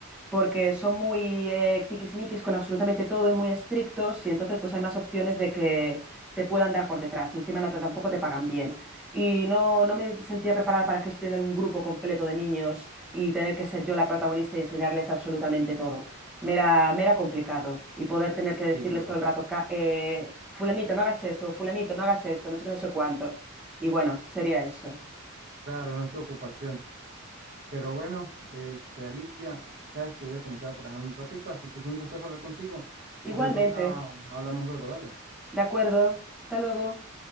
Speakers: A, in the centre; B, on the right.
A: porque son muy eh, tiquismiquis con absolutamente todo y muy estrictos y entonces pues hay más opciones de que te puedan dar por detrás y encima no te- tampoco te pagan bien. Y no, no me sentía preparada para gestionar un grupo completo de niños y tener que ser yo la protagonista y enseñarles absolutamente todo. Me era, me era complicado y poder tener que decirles
B: Sí, claro.
A: todo el rato, "Ca- eh, fulanito, no hagas esto, fulanito, no hagas esto, no sé qué, no sé cuánto. Y bueno, sería eso.
B: Claro, no es tu ocupación. Pero bueno, este, Alicia, sabes que voy a comenzar a trabajar un ratico, así que fue un gustazo hablar contigo
A: Igualmente,
B: y cualquier cosa hablamos luego, dale.
A: de acuerdo, hasta luego.